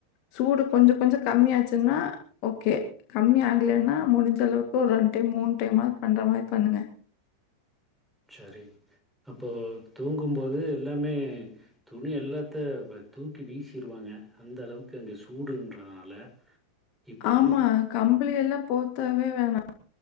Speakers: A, on the left; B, in the centre.
A: சூடு கொஞ்சொ கொஞ்சொ கம்மியாச்சுன்னா ஓகே கம்மி ஆகலன்னா முடிஞ்ச அளவுக்கு ஒரு ரெண்டு டைம் மூணு டைமாவது பண்ற மாரி பண்ணுங்க
B: சரி அப்போ தூங்கும்போது எல்லாமே துணி எல்லாத்த தூக்கி வீசிருவாங்க அந்த அளவுக்கு அங்க சூடுன்றதுனால இப்போ
A: ஆமா கம்பளி எல்லா போத் த்தவே வேணா